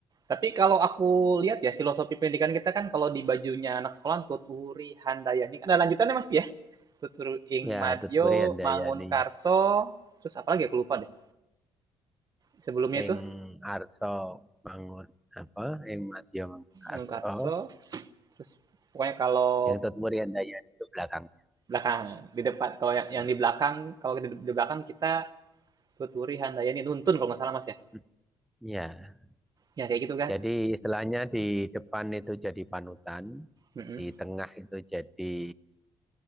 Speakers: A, on the right; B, in the centre.
A: Tapi kalau aku lihat ya filosofi pendidikan kita kan kalau di bajunya anak sekolah Tuturi Handayani ada lanjutannya mas ya Tuturu Ing
B: Ya,
A: Madyo
B: Tutburi Handayani
A: Mangun Karso terus apa lagi aku lupa deh sebelumnya itu
B: ing arsa mangun apa ing madya mangun
A: Mangun
B: arsa
A: Karso terus pokoknya kalau
B: yang tutmur yang daya itu belakang.
A: belakang di depan kalau yang,
B: Nah,
A: yang di belakang kalau di, di belakang kita Tuturi Handayani nuntun kalau nggak salah mas ya
B: hmm, ya,
A: ya kayak gitu kan
B: jadi istilahnya di depan itu jadi panutan,
A: Mm-mm,
B: di tengah itu jadi